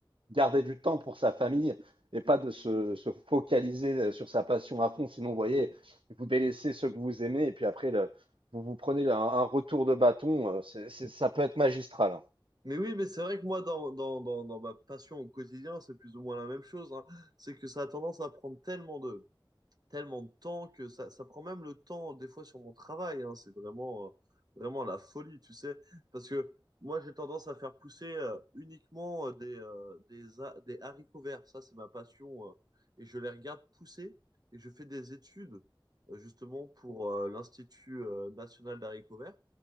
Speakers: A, on the right (about 85°); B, on the right (about 50°).
A: garder du temps pour sa famille et pas de se, se focaliser euh, sur sa passion à fond. Sinon, vous voyez, vous délaissez ceux que vous aimez et puis après, le- vous vous prenez un, un retour de bâton. euh, c'est- c'est- ça peut être magistral. hein.
B: Mais oui, mais c'est vrai que moi, dans, dans, dans, dans ma passion au quotidien, c'est plus ou moins la même chose, hein. C'est que ça a tendance à prendre tellement de tellement de temps que ça, ça prend même le temps, des fois, sur mon travail. hein. C'est vraiment, euh, vraiment la folie, tu sais. Parce que moi, j'ai tendance à faire pousser euh, uniquement euh, des, euh, des, ha- des haricots verts. Ça, c'est ma passion. euh. et je les regarde pousser et je fais des études, euh, justement, pour euh, l'Institut euh, national d'haricots verts